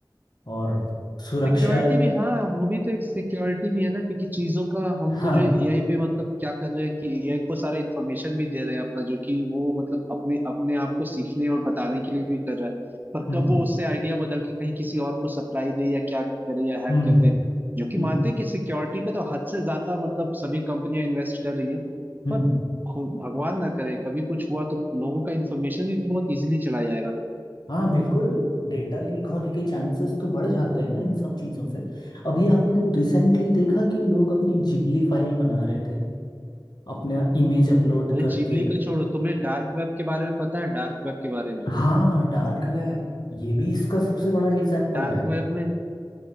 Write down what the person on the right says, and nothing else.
सिक्योरिटी भी हाँ वो भी तो एक सिक्योरिटी भी है ना क्योंकि चीजों का हम
तो जो है एआई पे मतलब क्या कर रहे हैं कि एआई को सारा इन्फॉर्मेशन भी दे रहे हैं अपना जो कि वो मतलब अपने अपने आप को सीखने और बताने के लिए भी कर रहा है पर
कब वो उससे आइडिया बदल के कहीं किसी और को सप्लाई दे या क्या करे या हैक
कर
दे जो कि
मानते
हैं कि सिक्योरिटी पे तो हद से ज्यादा मतलब सभी कंपनियां इन्वेस्ट कर रही हैं
पर खु- भगवान ना करे कभी कुछ हुआ तो लोगों का इन्फॉर्मेशन भी बहुत इजीली चला जाएगा
अरे
जीवली का छोड़ो तुम्हें डार्क वेब के बारे में पता है डार्क वेब के बारे में
डार्क
वेब में